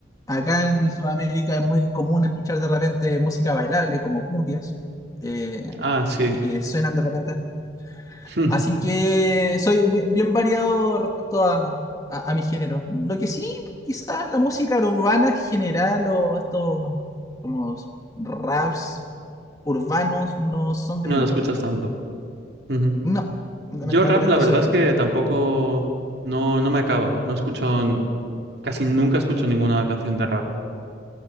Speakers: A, on the left (about 20°); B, on the right (about 60°).
A: Acá en Sudamérica es muy común escuchar de repente música bailable como cumbias, eh,
B: Ah, sí.
A: que suenan de repente.
B: Hmm,
A: Así que soy bi- bien variado respecto a, a, a mi género. Lo que sí, quizás la música urbana en general o estos como raps urbanos no son de
B: No
A: mi gusto.
B: lo escuchas tanto. Ujú.
A: No, lamentablemente
B: Yo rap, la verdad
A: soy...
B: es que tampoco, no, no me acaba. No escucho, casi nunca escucho ninguna canción de rap.